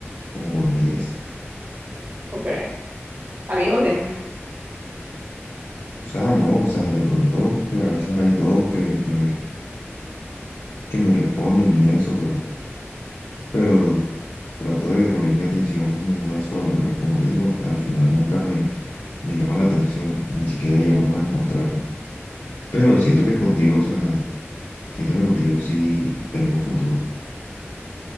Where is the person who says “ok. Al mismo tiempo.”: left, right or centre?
Right